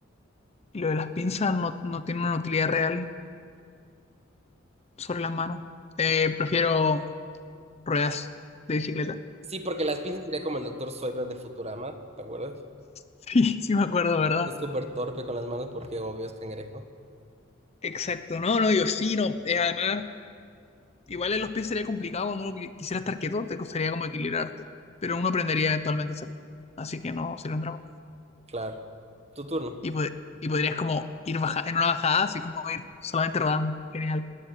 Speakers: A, on the left; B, on the right.
A: Y lo de las pinzas no, no tiene una utilidad real sobre las manos. Eh, prefiero ruedas de bicicleta.
B: Sí, porque las pinzas sería como el doctor Zoidberg de Futurama, ¿te acuerdas?
A: Sí, sí me acuerdo, ¿verdad?
B: Es súper torpe con las manos porque obvio es cangrejo.
A: Exacto, no, no, yo sí, no. Eh, además, igual en los pies sería complicado cuando uno qui- quisiera estar quieto, te costaría como equilibrarte, pero uno aprendería eventualmente a hacerlo. Así que no, sería un drama.
B: Claro. Tu turno.
A: Y, pod- y podrías como ir baja en una bajada, así como ir solamente rodando. Genial,